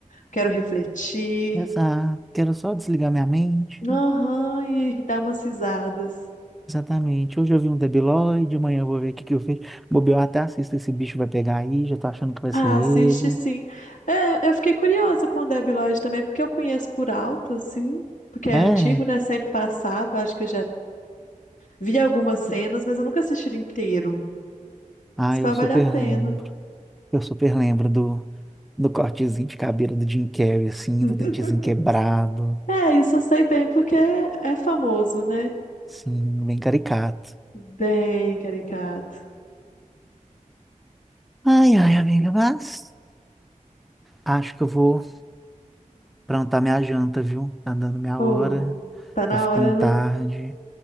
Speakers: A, on the left; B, in the centre.
A: quero refletir.
B: Exato. Quero só desligar minha mente.
A: Aham, e, e dar umas risadas.
B: Exatamente. Hoje eu vi um Debiloid, amanhã eu vou ver o que que eu fiz. Bobear até assisto esse bicho vai pegar aí, já tô achando que vai
A: Ah,
B: ser ele.
A: assiste sim. É, eu fiquei curiosa com o Debi Lloyd também, porque eu conheço por alto, assim, porque é
B: É.
A: antigo, né? Sempre passado. Acho que eu já vi algumas cenas, mas eu nunca assisti ele inteiro.
B: Ah,
A: Isso
B: eu
A: vai
B: super
A: valer a pena.
B: lembro. Eu super lembro do, do cortezinho de cabelo do Jim Carrey, assim,
A: <laughs>
B: do dentezinho quebrado.
A: É, isso eu sei bem, porque é famoso, né?
B: Sim, bem caricato.
A: Bem caricato.
B: Ai, ai, amiga, mas acho que eu vou aprontar minha janta, viu? Tá dando minha
A: Ou,
B: hora,
A: tá
B: tá
A: na
B: ficando
A: hora,
B: tarde,
A: né?